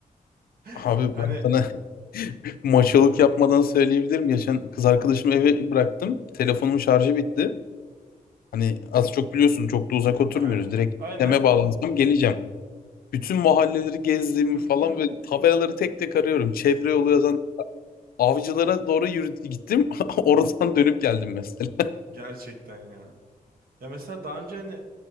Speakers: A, on the right; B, on the left.
A: <laughs>
B: Abi
A: Hani
B: ben sana <laughs> maçalık yapmadan söyleyebilirim. Geçen kız arkadaşımı eve bıraktım. Telefonumun şarjı bitti. Hani az çok biliyorsun çok da uzak oturmuyoruz.
A: aynen.
B: Direkt
A: Aynen
B: deme
A: aynen.
B: bağlansam geleceğim. Bütün mahalleleri gezdiğim
A: <laughs>
B: falan ve tabelaları tek tek arıyorum. Çevre yolu yazan avcılara doğru yürü gittim. <laughs> Oradan dönüp geldim mesela.
A: Gerçekten ya. Ya mesela daha önce hani